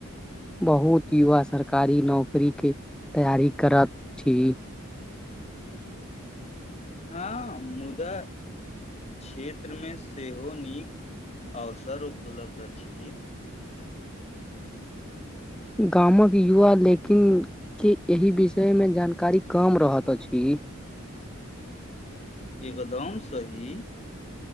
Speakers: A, in the centre; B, on the left.
A: बहुत युवा सरकारी नौकरी के तैयारी करत अछि <inaudible>
B: हँ मुदा क्षेत्रमे सेहो नीक अवसर उपलब्ध अछि
A: गामक युवा लेकिन के एहि विषय मे जानकारी कम रहैत अछि <inaudible>
B: एकदम सही